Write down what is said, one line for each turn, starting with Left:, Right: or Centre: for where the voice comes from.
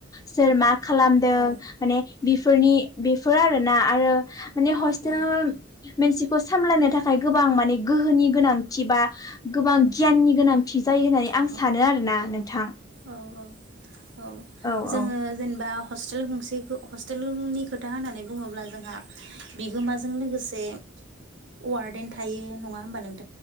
Left: सोर मा खालामदों
Right: औ
Left: माने बेफोरनि बेफोर आरो ना आरो माने हस्टेल
Right: औ
Left: मोनसिखौ सामलायनो थाखाय गोबां माने गोहोनि गोनांथि बा गोबां गियाननि गोनां थि जायो होननानै
Right: अह
Left: आं सानो आरोना नोंथां।
Right: औ औ औ
Left: औ
Right: जोङो
Left: औ
Right: जेनेबा हस्टेल गंसेखो हस्टेलनि खोथा होननानै बुङोब्ला जोंहा बिगोमाजों लोगोसे वार्डेन थायो नङा होमबा नों